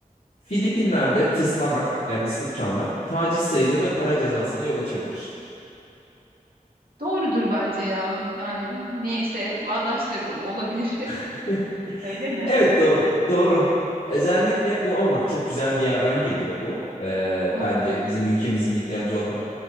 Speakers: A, on the left (about 70°); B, on the right (about 80°).
A: Filipinler'de tıslamak yani ıslık çalmak taciz sayılır ve para cezasına yol açabilir.
B: Doğrudur bence ya. Yani neyse bağdaştırdım olabilir.
A: <laughs>
B: <laughs> Öyle mi?
A: Evet doğru. Doğru. Özellikle bu ama bak çok güzel bir yerden geliyor bu. Ee,
B: Nasıl?
A: bence bizim ülkemizin ihtiyacı olan.